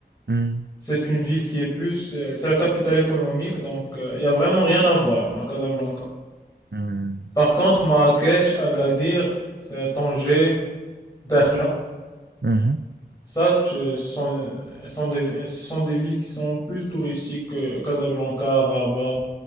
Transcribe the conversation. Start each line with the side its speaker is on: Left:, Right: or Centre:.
Right: Hmm,
Left: C'est une ville qui est plus... euh, c'est la capitale économique, donc euh, il y a vraiment rien à voir à Casablanca.
Right: hmm,
Left: Par contre, Marrakech, Agadir, euh, Tanger, Dakhla.
Right: mhm,
Left: Ça, ce sont, euh, ce sont des, ce sont des villes qui sont plus touristiques que Casablanca, Rabat.